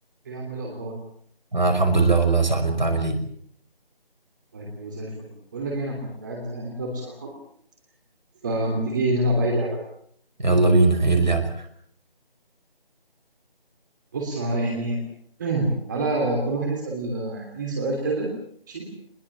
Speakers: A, on the right (about 20°); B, on the right (about 50°).
A: ايه يا عم إيه الاخبار
B: انا الحمد لله والله يا صاحبي انت عامل ايه
A: طيب كله زي الفل بقول لك إيه، انا كنت قاعد زهقان كده بصراحه فما تيجي نلعب اي لعبه كده
B: يلا بينا ايه اللعبة
A: بص ه- يعني <clears throat> تعالى كل واحد يسال آه، التاني سؤال كده ماشي